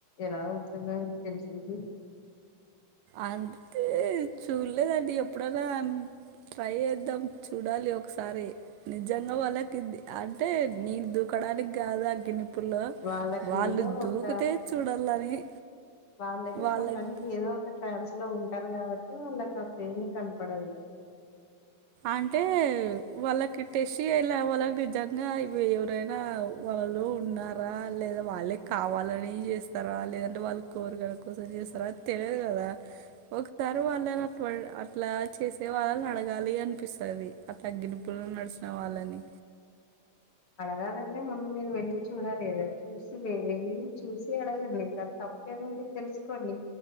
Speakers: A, on the left; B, on the right.
A: ఎలా అవుతుందో మీకు తెలిసేది
B: అంతే చూడలేదండి ఎప్పుడైనా ట్రై చేద్దాం చూడాలి ఒకసారి నిజంగా వాళ్ళకిది అంటే నేను దూకడానికి కాదు ఆగి నీ ప్పులో
A: వాళ్ళకి
B: వాళ్ళు
A: ఏదో ఒక
B: దూకితే చూడాలని
A: వాళ్ళైతే
B: వాళ్ళ
A: మొత్తానికి ఏదో ఒక ట్రాన్స్ లో ఉంటారు కాబట్టి వాళ్ళకి ఆ పెయిన్ కనపడదు
B: అంటే వాళ్ళకి టెస్ట్ చేయాలా వాళ్ళకి నిజంగా ఇవ్వీ ఎవరైనా వాళ్ళు ఉన్నారా లేదా వాళ్ళే కావాలని చేస్తారా లేదంటే వాళ్ళు కోరకల కోసం చేస్తారా తెలదు కదా ఒకసారి వాళ్ళని ఆ అట్లా చేసే వాళ్ళని అడగాలి ఆ అనిపిస్తుది అట్లా అగ్గినిప్పుల్ల నడిసిన వాళ్ళని
A: అడగాలంటే ముందు మీరు వెళ్ళి చూడాలిగదా చూసి వెళ్ళి చూసి అడగండి దాన్ తప్ ప్పేముంది తెలుసుకోండి